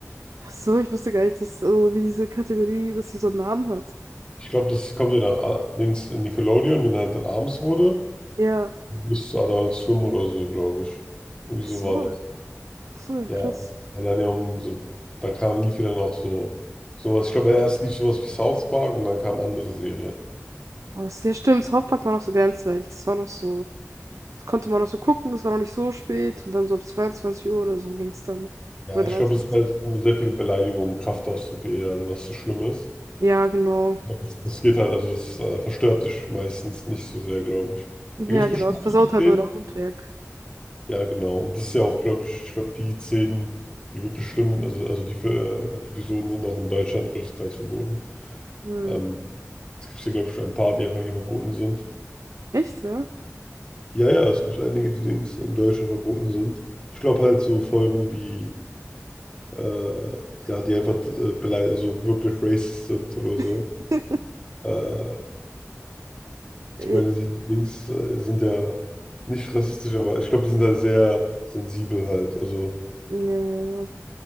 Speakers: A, on the right; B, on the left.
A: Ach so, ich wusste gar nicht, dass, also, wie diese Kategorie, dass sie so einen Namen hat.
B: Ich glaube, das kommt ja nach äh, links in Nickelodeon, wenn halt dann abends wurde,
A: Ja.
B: bis zu Adult Swim oder so, glaube ich. Irgendwie
A: Ach
B: so
A: so,
B: war das.
A: ach so, ja,
B: Ja.
A: krass.
B: Weil dann ja um so, da kam, lief ja dann auch so sowas. Ich glaube, erst lief sowas wie South Park und dann kamen andere Serien.
A: Aber es- ja, stimmt, South Park war noch so grenzwertig. Das war noch so. Das konnte man noch so gucken, es war noch nicht so spät und dann so ab 22 Uhr oder so ging es dann.
B: Ja,
A: Oder 23.
B: ich glaube, es sind halt sehr viele Beleidigungen, Kraftausdrücke eher, was so schlimm ist.
A: Ja, genau.
B: Aber Das, das geht halt, also es äh, verstört dich meistens nicht so sehr, glaube ich.
A: Ja,
B: Da gibt es
A: genau.
B: bestimmt
A: Es versaut
B: einige
A: halt
B: Szenen.
A: nur dein Mundwerk.
B: Ja, genau. Und das ist ja auch, glaube ich, ich glaube, die Szenen, die wirklich schlimm, also, also die äh, Episoden sind auch in Deutschland größtenteils verboten.
A: Hm.
B: Ähm, es gibt ja, glaube ich, schon ein paar, die einfach hier verboten sind.
A: Echt, ja?
B: Ja, ja, ja, es gibt einige, die Dings in Deutschland verboten sind. Ich glaube halt so Folgen wie, äh, ja, die einfach äh, beleidigt, also wirklich racist sind oder so.
A: <laughs>
B: Äh,
A: Äh,
B: Ich meine, die Dings äh, sind ja nicht rassistisch, aber ich glaube, die sind da sehr sensibel halt. Also
A: Ja, ja, ja,